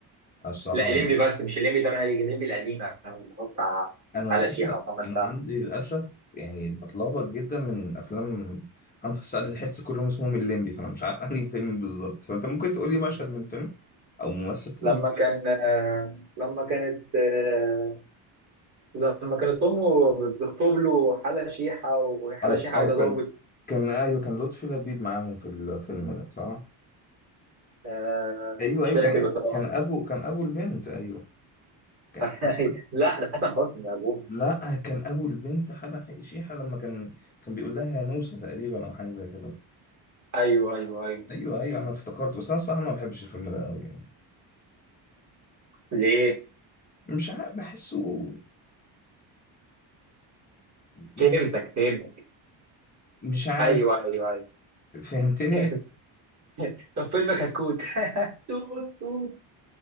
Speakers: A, on the left; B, on the right.
A: الصراحة
B: لا الليمبي بس مش الليمبي 8 الليمبي القديمة اللي هو بتاع
A: أنا
B: حلا
A: للأسف
B: شيحة ومحمد
A: أنا
B: سعد
A: عندي للأسف يعني بتلخبط جدا من أفلام محمد سعد الحس كلهم اسمهم الليمبي فأنا مش عارف <laughs> أنهي فيلم بالظبط فأنت ممكن تقولي مشهد من فيلم او ممثل طلع
B: لما
A: معاه
B: كان آه، لما كانت آه، لما كانت امه بتخطب له حلا شيحة وحلا
A: أس...
B: شيحة
A: أو
B: عايزة
A: كان
B: ضابط
A: كان أيوه كان لطفي لبيب معاهم في الفيلم ده صح؟
B: آه،
A: أيوه
B: مش
A: أيوه
B: فاكر
A: كان
B: بصراحة
A: كان أبو كان أبو البنت أيوه كان...
B: <laughs>
A: بس...
B: لا ده حسن حسني يا ابوه
A: لا كان أبو البنت حلا شيحة لما كان كان بيقول لها يا نوسة تقريبا أو حاجة زي كده
B: ايوه ايوه ايوه
A: أيوه أيوه أنا افتكرت بس أنا الصراحة ما بحبش الفيلم ده أوي يعني
B: ليه
A: مش عارف بحسه يعني
B: فهمتك فهمتك
A: مش عارف
B: ايوه ايوه ايوه
A: فهمتني
B: <laughs> طب فيلمك هتكوت <laughs> توت توت